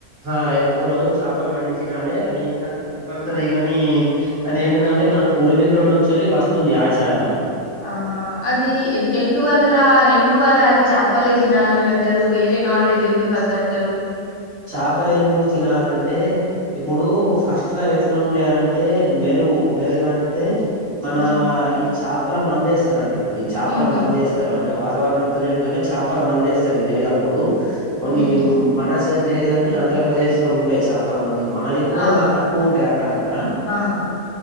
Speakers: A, on the right; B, on the left.
A: ఆ రేపు ఒక్క రోజు చేపలు వండి తినాలి అదేమిటంటే కంపల్సరీ గాని అదేంటిదంటే మన పూర్వీకుల నుంచి వెళ్ళి వస్తుంది ఆచారం అది
B: ఆహా అది ఎందు వందల ఎందువల్ల అది చప చెప్పలే తినాలి అంటారు వేరే నాన్ వెజ్ ఎందుకు వద్ద అంటారు
A: చేపలే ఎందుకు తినాలంటే ఇప్పుడు ఫస్ట్ లో ఎట్లా ఉండే అంటే మెరుగు మెరుగు అంటే మన
B: ఉమ్
A: ఈ చేపల ముందు వేస్తారు అంట ఈ చేపల
B: ఉహు
A: మందు వేస్త అంటే వాతావరణంతోంటే చేపల మందేస్తారు ఈ మెరుగా అప్పుడు కొన్ని
B: ఉహు
A: మన లేదు గాని ఆంధ్రప్రదేశ్ లో ఉంటాయి చేపల మందులు. మనదిక్కు కూడా
B: ఆహా
A: బాగా తక్కువ ఉంటాయి అక్కడ అక్కడ
B: ఆహా